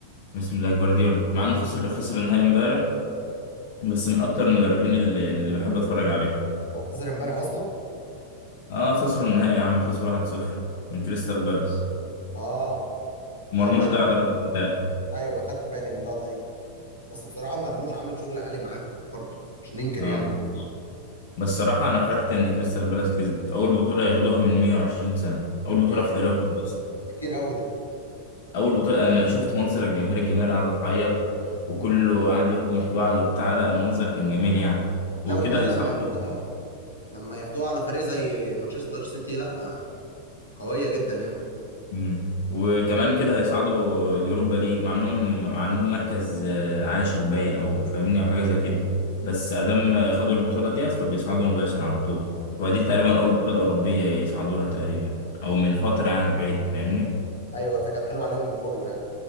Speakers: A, on the left; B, on the left.
A: اسمه ده جوارديولا مع إنه خسر خسر النهائي امبارح بس من اكتر المدربين اللي, اللي بحب اتفرج عليهم
B: هو خسر امبارح اصلا
A: اه خسروا النهائي يا عم خسروا 1-0 من كريستال بالاس
B: اه
A: مرموش
B: تقريبا
A: ضيع ضربة جزاء
B: ايوه اخدت بالي من اللقطه دي بس بصراحه مرموش عامل شغل عالي معاه برضه مش ننكر
A: اه
B: يعني
A: بس صراحة انا فرحت ان كريستال بالاس كسبت اول بطولة ياخدوها من 120 سنة اول
B: يا
A: بطولة في تاريخ مصر
B: ده كتير قوي ده
A: اول بطولة انا شفت منظر الجماهير الجماهير قاعدة تعيط وكله قاعد يحضن في بعض وبتاع لا المنظر كان جميل يعني وكده
B: لا وكمان
A: هيصعدوا
B: لما ياخدها لما ياخدوها على فريق زي مانشستر سيتي لا آه، قويه جدا يعني
A: مم. وكمان كده هيصعدوا اليوروبا ليج مع انهم مع انهم مركز آه، عاشر باين او فاهمني او حاجه زي كده بس ادام خدوا البطوله ديت فبيصعدوا مباشر على طول ودي تقريبا
B: آه.
A: اول بطوله اوروبيه يصعدوا لها تقريبا او من فتره يعني بعيده فاهمني
B: ايوه فكانت حلوه عليهم من كله يعني